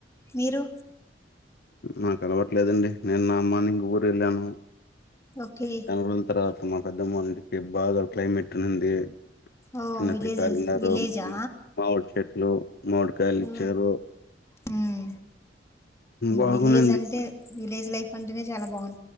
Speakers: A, on the left; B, on the left.
A: మీరు
B: నాకు అలవట్లేదండి నిన్న మార్నింగ్ ఊరు వెళ్ళాను
A: ఓకే
B: నెలరోజుల తర్వాత మా పెద్దమ్మ వాళ్ళింటికి బాగా క్లైమేట్ ఉండింది
A: ఓ
B: చిన్నపిల్లలు
A: విలేజెస్
B: ఉన్నారు
A: విలేజా
B: మామిడి చెట్లు మామిడికాయలు
A: ఓ
B: ఇచ్చారూ
A: ఉమ్
B: బాగుందండి
A: విలేజ్ అంటే విలేజ్ లైఫ్ అంటేనే చాలా బాగుంటంది